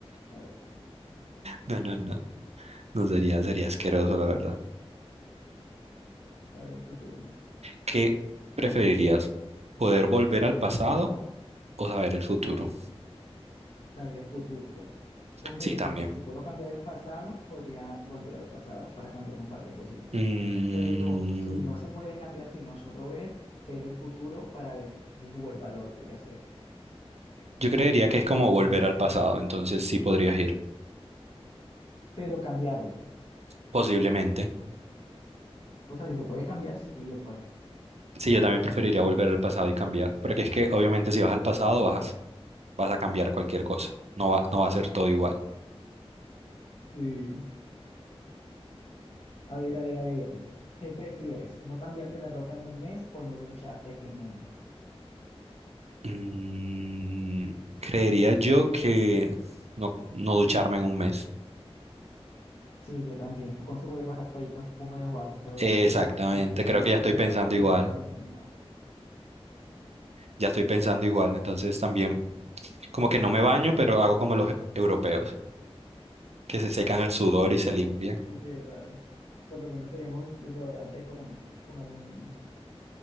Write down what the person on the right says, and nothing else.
No, no, no. No sería,
sería asqueroso, la verdad.
¿Qué preferirías? ¿Poder volver al pasado o saber el futuro?
Sí,
también.
Mm,
Yo creería que es como volver al pasado, entonces sí podrías ir,
posiblemente.
Sí, yo también preferiría volver al pasado y cambiar, porque es que obviamente si vas al pasado vas, vas a cambiar cualquier cosa, no va, no va a ser todo igual.
Mm, creería yo que no, no ducharme en un mes.
Exactamente,
creo
que ya estoy
pensando
igual, ya estoy pensando igual, entonces también como que no me baño, pero hago como los europeos, que se secan el sudor y se limpian.